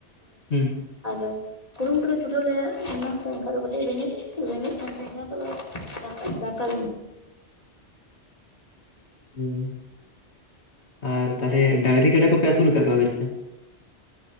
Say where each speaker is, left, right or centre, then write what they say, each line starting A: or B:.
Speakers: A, on the left (about 75°); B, on the left (about 35°).
A: ᱦᱩᱸ
B: ᱟᱫᱚ ᱠᱩᱨᱩᱢᱩᱴᱩ ᱞᱮ ᱪᱷᱩᱴᱟᱹᱣ ᱞᱮᱭᱟ ᱥᱮ ᱚᱱᱟ ᱥᱮ ᱮᱱᱠᱷᱟᱱ ᱫᱚ ᱠᱟᱹᱴᱤᱡ ᱨᱮ ᱨᱮᱸᱜᱮᱡ ᱠᱟᱱ <unintelligible> ᱫᱟᱠᱟ ᱞᱩ
A: ᱦᱮᱸ ᱟᱨ ᱛᱟᱦᱞᱮ ᱰᱟᱹᱜᱽᱨᱤ ᱠᱟᱰᱟ ᱠᱚᱯᱮ ᱟᱹᱥᱩᱞ ᱟᱠᱟᱜ ᱠᱚᱣᱟ <unintelligible>